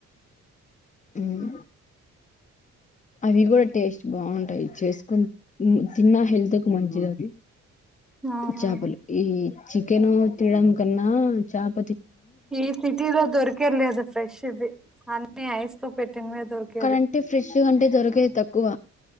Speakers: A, on the left; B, in the centre.
A: హమ్ అవి కూడా టేస్ట్ బాగుంటాయి చేసుకుని తిన్న హెల్త్ కు మంచిది అవి
B: అవునవును
A: చాపలు ఈ చికెన్ తిడం కన్నా చప
B: ఈ సిటీద దొరికేర్లి అద ఫ్రెష్ ఇది అన్న ఐస్ తప పెట్టిన్వ దొరికేదిది
A: అంటే ఫ్రెష్ ఉ అంటే దొరికేది తక్కువ